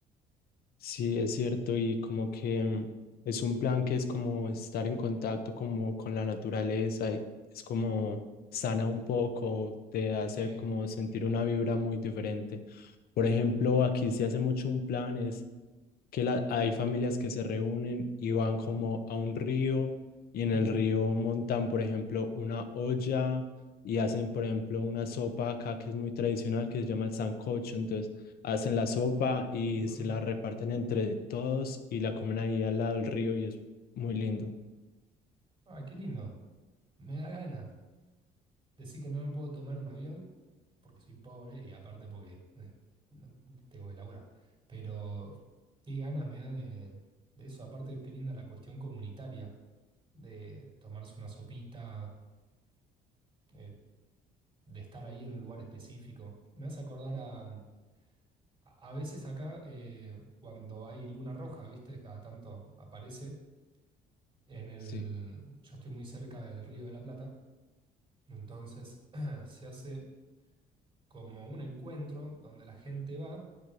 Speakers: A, on the left; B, on the right.
A: Sí, es cierto, y como que mm, es un plan que es como estar en contacto como con la naturaleza, y es como sana un poco, te hace
B: Sí.
A: como sentir una vibra muy diferente. Por ejemplo, aquí se hace mucho un plan, es que la- hay familias que se reúnen y van como a un río y en
B: Mm.
A: el río montan, por ejemplo, una olla y hacen, por ejemplo, una sopa acá que es muy tradicional, que se llama el sancocho. Entonces hacen la sopa y
B: Uh, qué
A: se
B: rico.
A: la reparten entre todos y la comen ahí al lado del río y es muy lindo.
B: Ah, qué lindo. Me da ganas. Decir que no me puedo tomar un avión porque soy pobre y aparte porque eh, no- tengo que laburar. Pero qué ganas me da de, de eso. Aparte, qué linda la cuestión comunitaria de tomarse una sopita, eh, de estar ahí en un lugar específico. Me hace acordar a, mm, A a veces acá, eh, cuando hay luna roja, ¿viste? Cada tanto aparece. En el,
A: Sí.
B: yo estoy muy cerca del Río de la Plata, entonces <clears throat> se hace como un encuentro donde la gente va